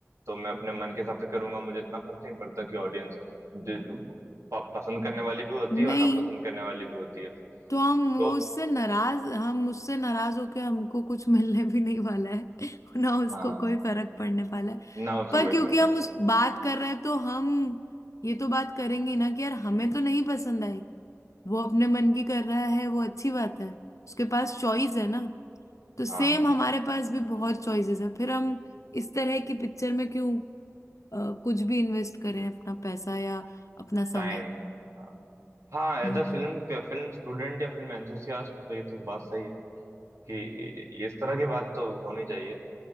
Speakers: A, on the right (about 70°); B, on the left (about 75°).
A: तो मैं अपने मन के हिसाब से करूंगा मुझे इतना फर्क नहीं पड़ता कि ऑडियंस जो प- पसंद करने वाली भी होती है और
B: नहीं
A: नापसंद करने वाली भी होती है
B: तो हम
A: तो
B: वो उससे नाराज हम उससे नाराज होके हमको कुछ <laughs> मिलने भी नहीं वाला है <laughs> ना उसको
A: हाँ
B: कोई फर्क पड़ने वाला है
A: ना उसे
B: पर
A: कोई
B: क्योंकि
A: फर्क पड़ता
B: हम उस बात कर रहे हैं तो हम ये तो बात करेंगे ना कि यार हमें तो नहीं पसंद आई वो अपने मन की कर रहा है वो अच्छी बात है उसके पास चॉइस है ना तो सेम
A: हाँ
B: हमारे पास भी बहुत चॉइसेस है फिर हम इस तरह की पिक्चर में क्यों अ, कुछ भी इन्वेस्ट करें अपना पैसा या अपना समय
A: टाइम हाँ हाँ as
B: हम्म
A: a film film student या फिल्म एंथुसियास्ट तो ये तो बात सही है कि ये- इस तरह की बात तो होनी चाहिए